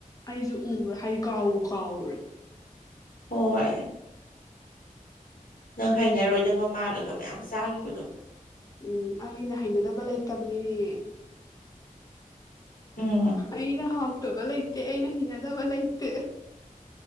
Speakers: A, on the left; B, on the left.
A: ꯑꯩꯁꯨ ꯎꯔꯦ ꯍꯥꯏꯗꯤ ꯀꯥꯎꯕꯨ ꯀꯥꯎꯔꯨꯔꯦ
B: ꯍꯣꯏ ꯅꯪ ꯍꯥꯏꯅꯔꯣꯏꯗꯕ ꯃꯥꯜꯂꯒ ꯃꯌꯥꯝ ꯆꯥꯈꯤꯕꯗꯣ
A: ꯎꯝ ꯑꯩꯅ ꯍꯩꯅꯗꯕ ꯂꯩꯇꯕꯅꯤꯅꯦ
B: ꯎꯝ
A: ꯑꯩꯅ ꯍꯥꯎꯇꯕ ꯂꯩꯇꯦ ꯑꯩꯅ ꯍꯩꯅꯗꯕ ꯂꯩꯇꯦ